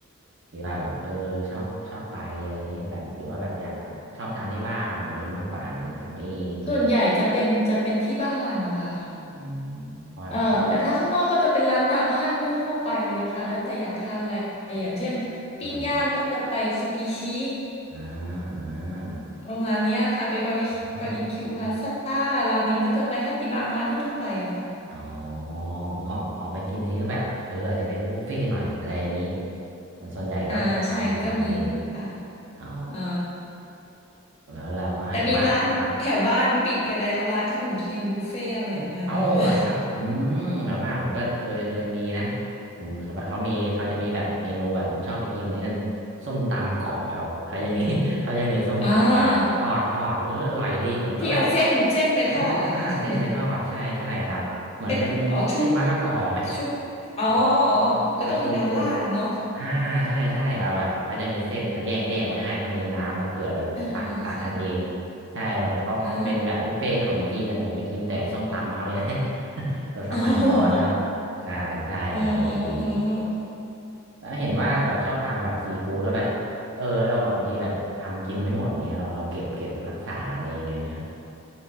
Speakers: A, on the right; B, on the left.
A: หรือว่าแบบเออชอบชอบไปอะไรเงี้ยแบบหรือว่าแบบอยากทานชอบทานที่บ้านอะไรเงี้ยมากกว่าอะไรเงี้ยทำเองอะไรเงี้ย
B: ส่วนใหญ่จะเป็นจะเป็นที่บ้านนะคะ
A: อืมเพราะแบบชอบ
B: เอ่อแต่ถ้าข้างนอกก็จะเป็นร้านตามห้างทั่วๆไปเลยค่ะแล้วแต่อยากทานอะไรอย่างเช่นปิ้งย่างก็จะไปซูกิชิ
A: อ่าอ่าอ่า
B: ประมาณเนี้ยค่ะไปบาร์บีบาร์บีคิวพาซ่า
A: อ๋อ
B: ราเมงก็จะไปฮัตติบังร้านทั่วๆไปอะค่ะ
A: อ๋อเหมือนออกออกไปกินทีก็แบบเอออาจจะเป็นบุฟเฟ่ต์หน่อยอะไรอย่างงี้ส่วนใหญ่ก็แบบทำทำเอง
B: อ่าใช่ก็มีค่ะ
A: อ๋อ
B: อ่า
A: แล้วแล้วเอาเห็นว่าครับ
B: แต่มีร้านแถวบ้านปิดไปแล้ว ร้านขนมจีนบุฟเฟ่อร่อยมากเลยค่ะ
A: เอ้าเหรอครับอืมแถวบ้านผมก็เคยเคยมีนะผมเขาเขามีเขาจะมีแบบเมนูแบบผมชอบไปกินไอ้นั่นส้มตำกรอบเขาเขายังมี <laughs> เขาจะมีส้มตำแบบทอดทอดเอออร่อยดีผมก็แบบ
B: <laughs> อ่า ที่เอาเส้นเส้นไปทอดเหรอคะใช่ไหม
A: อ่าอ่าเส้นไปทอดใช่ใช่ครับเหมือนเป็นเส้นมะละกอไหม
B: เป็นอ๋อชุบชุบอ๋ออ๋อแล้วก็มีน้ำราดเนาะ
A: อืมแล้วก็ชุบชุบ อ่าใช่ใช่เราแบบเขาจะมีเส้นแยกแยกไว้ให้ก็มีน้ำแบบเผื่อแบบจะตักตักกันเอง
B: เออเออเออค่ะ
A: ใช่แบบเขาเขาเป็นแบบบุฟเฟ่ต์ขนมจีนแต่ยผมไปกินแต่ส้มตำเขาเนี่ย
B: อ่า <laughs>
A: <laughs> แต่สมัยก่อนนะครับใช่ใช่อร่อยดี
B: โอ้โหอืมอืมอืม
A: แล้วเห็นว่าแบบชอบทำแบบซีฟู้ดแล้วแบบเออแล้วเราแบบบางทีแบบทำกินไม่หมดเนี้ยเราเราเก็บเก็บรักษาอะไรยังไงไหมครับ